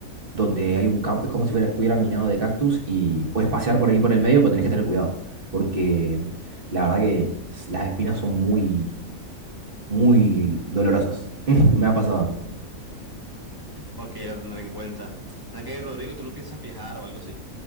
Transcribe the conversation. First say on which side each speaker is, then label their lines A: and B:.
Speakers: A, on the right; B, on the right.
A: donde hay un campo, es como si fuera, estuviera minado de cactus y puedes pasear por ahí por el medio, pero tenés que tener cuidado, porque la verdad que s- las espinas son muy, muy dolorosas. <laughs> Me ha pasado,
B: Ok, la tendré en cuenta. Nakay Rodrigo, ¿tú no piensas viajar o algo así?